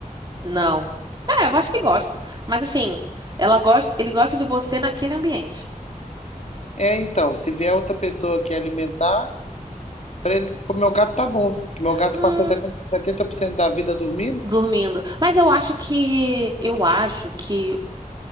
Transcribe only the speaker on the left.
É, então, se vier outra pessoa que alimentar, pra ele, pro meu gato tá bom. Que meu gato
passa setenta setenta por cento da vida dormindo.